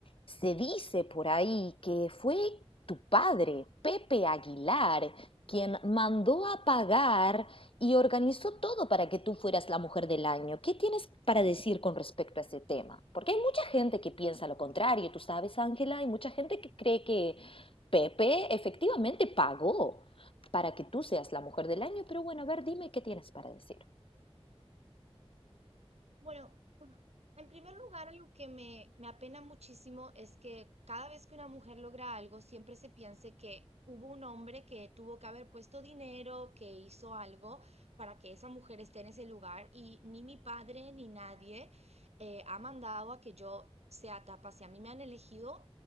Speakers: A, on the left; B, on the right.
A: se dice por ahí que fue tu padre, Pepe Aguilar, quien mandó a pagar y organizó todo para que tú fueras la mujer del año? ¿Qué tienes para decir con respecto a ese tema? Porque hay mucha gente que piensa lo contrario, tú sabes, Ángela, hay mucha gente que cree que Pepe efectivamente pagó para que tú seas la mujer del año, pero bueno, a ver, dime qué tienes para decir.
B: Bueno, en primer lugar, algo que me, me apena muchísimo es que cada vez que una mujer logra algo, siempre se piense que hubo un hombre que tuvo que haber puesto dinero, que hizo algo para que esa mujer esté en ese lugar y ni mi padre ni nadie eh, ha mandado a que yo sea tapa. Si a mí me han elegido